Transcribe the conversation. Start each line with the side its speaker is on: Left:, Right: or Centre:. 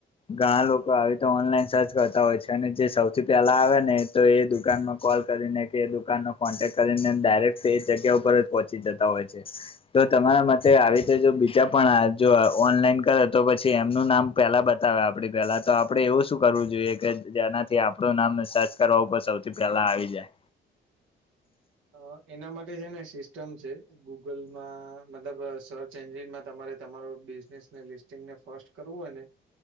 Left: ઘણા લોકો આવી તો ઓનલાઈન સર્ચ કરતા હોય છે અને જે સૌથી પહેલા આવે ને. તો એ દુકાનમાં કોલ કરીને કે દુકાનનો કોન્ટેક્ટ કરીને ડાયરેક્ટ જગ્યા. પરરત પહોંચી જતા હોય છે. તો તમારા મતે આવી રીતે જો બીજા પણ જો ઓનલાઈન કરે તો પછી એમનું નામ. પહેલાં બતાવે આપણે પહેલા તો આપણે એવું શું કરવું જોઈએ કે જેનાથી આપણું નામ સર્ચ કરવા ઉપર સૌ. તો પેલા આવી જાય.
Right: હ એના માટે છે ને સિસ્ટમ છે. ગુગલમાં મતલબ સર્ચ એન્જિનમાં તમારે તમારો બિઝનેસને લિસ્ટ. ને ફર્સ્ટ કરવું હો ને.